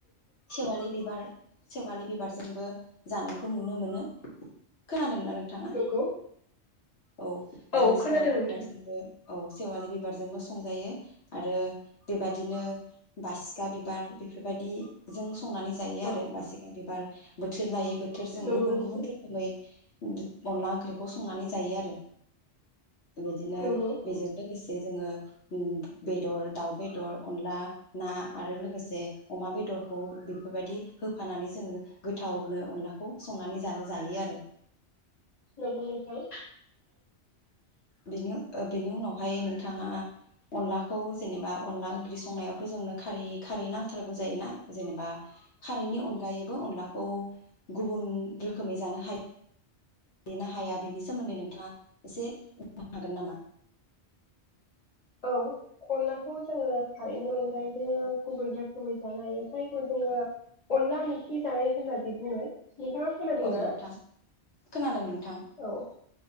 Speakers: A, on the left (about 70°); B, on the left (about 35°).
A: सेेवालि बिबार सेवालि बिबारजोंबो जानायखौ नुनो मोनो, खोनादों ना नोंथाङा?
B: नंगौ
A: औ
B: औ
A: जों <unintelligible>
B: खोनादों नोंथां
A: औ सेवालि बिबारजोंबो संजायो आरो बेबायदिनो बासिखा बिबार बेफोर बेबायदि जों <unintelligible> संनानै जायो
B: औ
A: आरो बासिखाय बिबार बोथोर लायो <unintelligible> बोथोरजों
B: नंगौ
A: गुबुन
B: नोंथां
A: गुबुन रोखोमै ओ अनला ओंख्रिखौ संनानै जायो आरो। बिदिनो
B: नंगौ
A: बेजों लोगोसे जे जोङो बेदर, दाउ बेदर, अनला ना आरो लोगोसे अमा बेदरखौ बेफोरबायदि होफानानै जोङो गोथावनो अनलाखौ संनानै जानो जायोआरो।
B: नोंगौ नोंथां।
A: बेनि बेनि उनावहाय नोंथाङा अनलाखौ जेनेबा अनला ओंख्रि संनायावथ' जोंनो खारै खारै <unintelligible> <unintelligible> थारगौ जायोना जेनेबा खारैनि अनगायै <unintelligible> अनलाखौ गुबुन रोखोमै जानो हायो। बेनो हाया बेनि सोमोन्दै नोंथाङा एसे बुंनो हागोन नामा?
B: औ अनलाखौ जोङो खारैनि अनगायैबो गुबुन रोखोमै जानो हायो जायखौ जोङो अनला मैखि जानाय होनना बुङो। नोंथाङा खोनादोंना
A: औ नोंथां खोनादों नोंथां।
B: औ